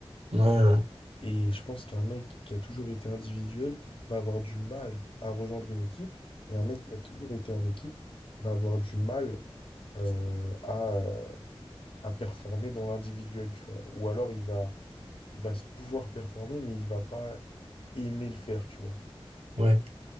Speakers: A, on the right; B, on the left.
A: ouais, ouais,
B: Et je pense qu'un mec qui a toujours été individuel va avoir du mal à rejoindre une équipe, et un mec qui a toujours été en équipe va avoir du mal euh, à, euh, à performer dans l'individuel, tu vois. Ou alors il va, il va se pouvoir performer, mais il va pas aimer le faire, tu vois.
A: ouais.